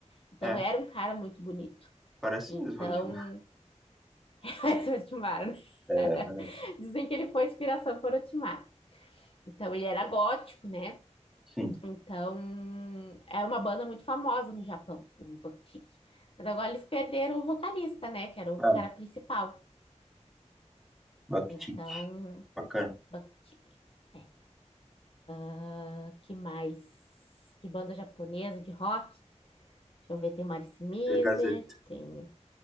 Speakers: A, on the left; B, in the centre.
A: Então,
B: é.
A: era um cara muito bonito.
B: Parece
A: Então,
B: mesmo, Orixima.
A: <laughs> esse é o Otmar, né? <laughs>
B: É, parece.
A: Dizem que ele foi inspiração por Otmar. Então, ele era gótico, né?
B: Sim.
A: Então, é uma banda muito famosa no Japão, o Bucktick. Mas agora eles perderam o vocalista, né? Que era o
B: É.
A: cara principal.
B: Bakhtik.
A: Então,
B: Bacana.
A: Bucktick. É. Ah, que mais? De banda japonesa, de rock. Deixa eu ver, tem Marice Mizer,
B: Pegasia
A: tenho